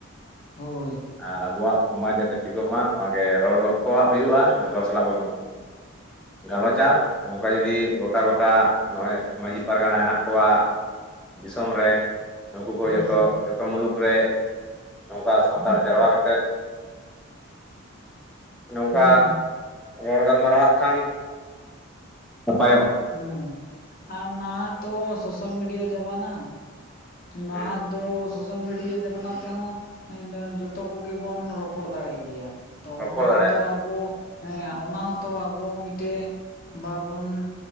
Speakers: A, on the left (about 45°); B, in the centre.
A: ᱦᱳᱭ
B: ᱟᱨ ᱟᱵᱚᱣᱟᱜ ᱥᱚᱢᱟᱡᱽ ᱡᱟᱛᱮ ᱴᱷᱤᱠᱚᱜ ᱢᱟ ᱱᱚᱣᱟ ᱜᱮ ᱨᱚᱲ ᱜᱚᱞᱯᱚᱣᱟᱜ ᱦᱩᱭᱩᱜᱼᱟ, ᱡᱷᱚᱛᱚ ᱦᱚᱲ ᱥᱟᱞᱟᱜ ᱵᱩᱱ ᱜᱟᱞᱚᱪᱟ ᱱᱚᱝᱠᱟ ᱡᱩᱫᱤ ᱜᱚᱴᱟ ᱜᱚᱴᱟ ᱱᱚᱜᱼᱚᱭ ᱢᱟᱺᱡᱷᱤ ᱯᱟᱨᱜᱟᱱᱟ ᱦᱮᱱᱟᱜ ᱠᱚᱣᱟ ᱫᱤᱥᱚᱢ ᱨᱮ ᱱᱩᱠᱩ ᱠᱚ
A: ᱦᱩᱸ
B: ᱡᱷᱚᱛᱚ ᱡᱷᱚᱛᱚ ᱢᱩᱞᱩᱠ ᱨᱮ ᱱᱚᱝᱠᱟ ᱥᱟᱱᱛᱟᱲ ᱡᱟᱨᱣᱟ ᱠᱟᱛᱮᱫ, ᱱᱚᱝᱠᱟ
A: ᱦᱩᱸ
B: ᱨᱚᱲ ᱜᱟᱞᱢᱟᱨᱟᱣᱟᱜ ᱠᱷᱟᱱ ᱱᱟᱯᱟᱭᱚᱜᱼᱟ
A: ᱦᱩᱸ ᱟᱨ ᱱᱟᱦᱟᱜ ᱛᱚ ᱥᱳᱥᱟᱞ ᱢᱤᱰᱤᱭᱟ ᱡᱟᱵᱟᱱᱟ᱾ ᱱᱟᱦᱟᱜ
B: ᱦᱩᱸ
A: ᱫᱚ ᱥᱳᱥᱟᱞ ᱢᱤᱰᱤᱭᱟ ᱡᱟᱵᱟᱱᱟ ᱛᱮᱦᱚᱸ ᱮᱸᱫ ᱡᱚᱛᱚ ᱠᱚᱜᱮ ᱵᱚᱱ ᱨᱚᱯᱚᱲ ᱫᱟᱲᱮᱜ ᱜᱮᱭᱟ ᱾ ᱛᱚ
B: ᱨᱚᱯᱚᱲ
A: ᱚᱱᱟ
B: ᱫᱟᱲᱮᱭᱟᱜ
A: ᱦᱚᱛᱚ ᱟᱵᱚ ᱦᱮᱸ ᱚᱱᱟ ᱦᱚᱛᱚ ᱟᱵᱚ ᱢᱤᱫᱴᱮᱡ ᱵᱟᱵᱚᱱ